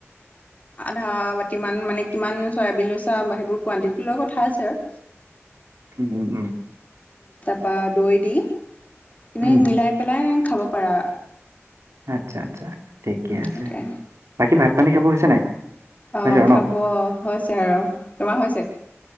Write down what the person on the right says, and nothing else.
উম উম
উম
আচ্ছা আচ্ছা ঠিকে আছে
বাকী ভাত পানী খাব হৈছে নাই।
হৈছে আৰু
ন?